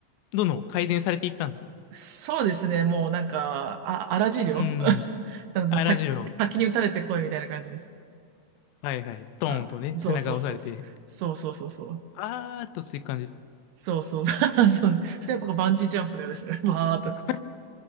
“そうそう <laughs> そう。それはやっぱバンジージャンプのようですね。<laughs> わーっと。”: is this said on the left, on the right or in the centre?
Right